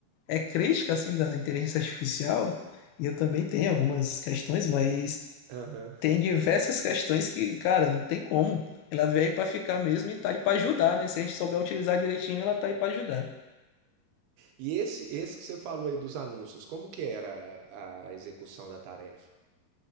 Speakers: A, on the left; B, on the right.
A: é crítica assim da inteligência artificial, e eu também tenho algumas questões, mas
B: aham.
A: tem diversas questões que, cara, não tem como. Ela veio aí para ficar mesmo e tá aí para ajudar, né? Se a gente souber utilizar direitinho, ela tá aí para ajudar.
B: E esse, esse que você falou aí dos anúncios, como que era a, a execução da tarefa?